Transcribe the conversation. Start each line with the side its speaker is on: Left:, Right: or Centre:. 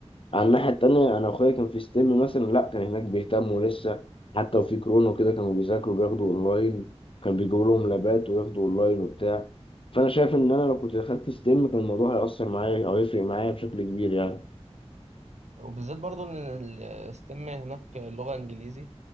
Left: على الناحية التانية أنا أخويا كان في ستيم مثلا لأ كان هناك بيهتموا لسه حتى وفي كورونا وكده كانوا بيذاكروا بياخدوا أونلاين كان بيجيبوا لهم لابات وياخدوا أونلاين وبتاع فأنا شايف إن أنا لو كنت دخلت ستيم كان الموضوع هيأثر معايا أو يفرق معايا بشكل كبير يعني
Right: وبالذات برضو ان الستيم هناك اللغه انجليزي